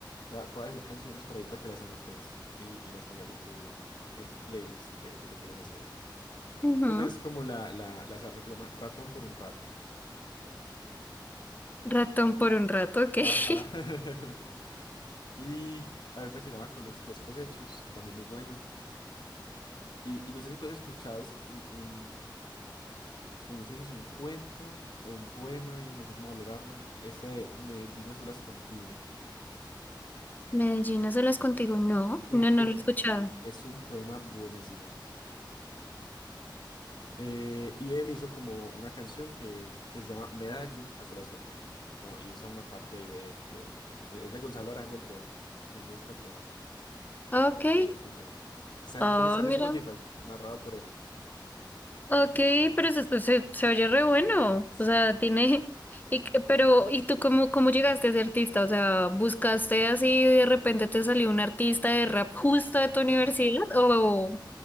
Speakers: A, on the left; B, on the left.
A: da- puedo decir canciones por ahí para que las anotes y, y las pongas en tu, en tu playlist que, que te quieres hacer.
B: Ujú.
A: Una es como la, la, la salsa que llama Ratón por un rato.
B: Ratón por un rato, ok.
A: Ajá.
B: <laughs>
A: <laughs> Y hay otra que se llama Con los Crespos Hechos, también muy buena. Y, y no sé si tú has escuchado es un, un- no sé si es un cuento o un poema, bien, no sé cómo valorarlo. Esta de Medellín a solas contigo.
B: Medellín, ¿no las contigo? No,
A: No,
B: no, no
A: uff,
B: lo he escuchado.
A: es un poema buenísimo. Eh, y él hizo como una canción que, que se llama Medallo a solas contigo. como- y usa una parte ahí de, de eso. Es de, es de Gonzalo Arango el poema. Entonces, para que lo
B: Ok.
A: pegues también. Está
B: Oh,
A: en, está en
B: mira.
A: Spotify, narrado por él.
B: Ok, pero se, se- se oye re bueno,
A: Sí.
B: o sea, tiene, <laughs> y, que- pero, ¿y tú cómo, cómo llegaste a ser artista? O sea, ¿buscaste así y de repente te salió un artista de rap justo de tu
A: <laughs>
B: universidad o